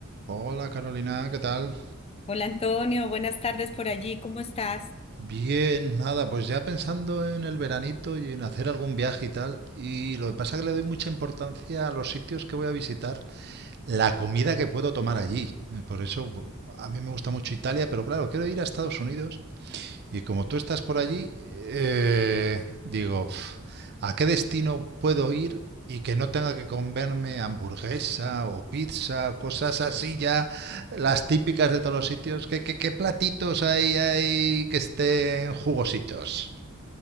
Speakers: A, on the right (about 50°); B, on the left (about 30°).
A: Hola Carolina, ¿qué tal?
B: Hola Antonio, buenas tardes por allí, ¿cómo estás?
A: Bien, nada, pues ya pensando en el veranito y en hacer algún viaje y tal, y lo que pasa es que le doy mucha importancia a los sitios que voy a visitar, la comida que puedo tomar allí. Eh, Por eso bu- a mí me gusta mucho Italia, pero claro, quiero ir a Estados Unidos Y como tú estás por allí, eh, digo, "Pf, ¿a qué destino puedo ir y que no tenga que comerme hamburguesa o pizza, cosas así ya, las típicas de todos los sitios? ¿Qué, qué, qué platitos hay, hay que estén jugositos?